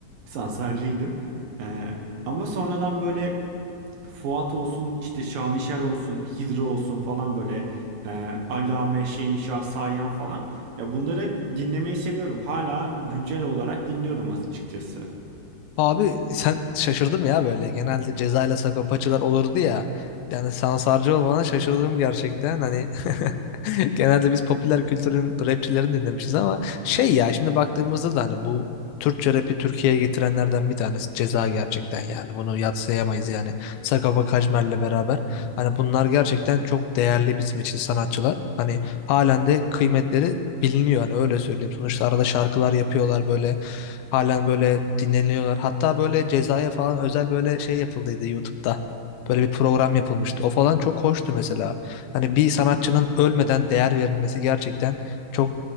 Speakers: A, on the right; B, on the left.
A: Sansarcıydım. Ee, ama sonradan böyle Fuat olsun, işte Şanişer olsun, Hidro olsun falan böyle e, Allame, Şehinşah, Sayan falan. Ya bunları dinlemeyi seviyorum. Hala güncel olarak dinliyorum açıkçası.
B: Abi sen şaşırdım ya böyle. Genelde Ceza ile Sakopacılar olurdu ya. Yani Sansarcı olmana şaşırdım gerçekten. Hani <laughs> genelde biz popüler kültürün rapçilerini dinlemişiz ama şey ya şimdi baktığımızda da hani bu Türkçe rapi Türkiye'ye getirenlerden bir tanesi Ceza gerçekten yani. Bunu yadsıyamayız yani. Sagopa Kajmer'le beraber. Hani bunlar gerçekten çok değerli bizim için sanatçılar. Hani halen de kıymetleri biliniyor hani öyle söyleyeyim. Sonuçta arada şarkılar yapıyorlar böyle. Halen böyle dinleniyorlar. Hatta böyle cezaya falan özel böyle şey yapıldıydı YouTube'da. Böyle bir program yapılmıştı. O falan çok hoştu mesela. Hani bir sanatçının ölmeden değer verilmesi gerçekten çok